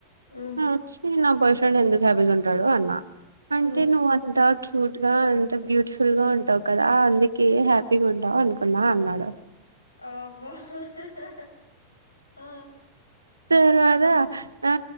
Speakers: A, on the left (about 80°); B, on the right (about 75°).
A: ఉమ్ ఉమ్
B: వచ్చి నా బాయ్ ఫ్రెండ్ ఎందుకు హాపీగుంటాడు అన్నా అంటే
A: ఉమ్.
B: నువ్వు అంతా క్యూట్ గా అంత బ్యూటిఫుల్ గా ఉంటావ్ కదా అందుకే హ్యాపీగా ఉంటావు అనుకున్నా అన్నాడు
A: ఆవ్వ హ హ హ ఆ
B: తర్వాత నా